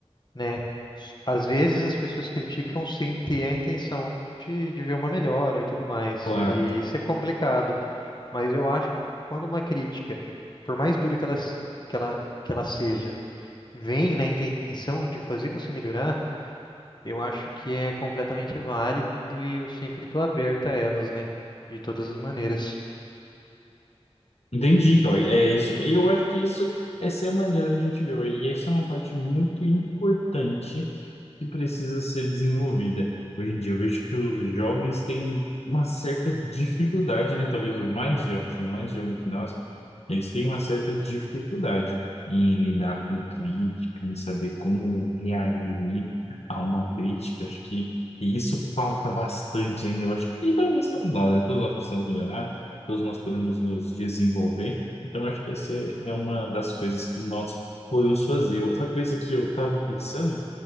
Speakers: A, on the left; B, on the left.
A: né? S- Às vezes as pessoas criticam sem ter a intenção de, de ver uma melhora e tudo mais,
B: claro.
A: e isso é complicado. Mas eu acho que quando uma crítica, por mais dura que ela, s- que ela, que ela seja, vem na intenção de fazer você melhorar, Eu acho que é completamente válido e eu sempre estou aberto a elas, né? De todas as maneiras.
B: Entendi, Cauê. É isso, e eu acho que isso, essa é a maneira da gente ver, e essa é uma parte muito importante que precisa ser desenvolvida. Hoje em dia eu vejo que os jovens têm uma certa dificuldade, né? Talvez os mais jovens, né? Mais jovens que nós, eles têm uma certa dificuldade em lidar com crítica, em saber como reagir a uma crítica. Acho que isso falta bastante ainda, eu acho. que- E talvez todos nós, né? Todos nós precisamos melhorar todos nós podemos nos desenvolver. Então, acho que essa é uma das coisas que nós podemos fazer. Outra coisa que eu estava pensando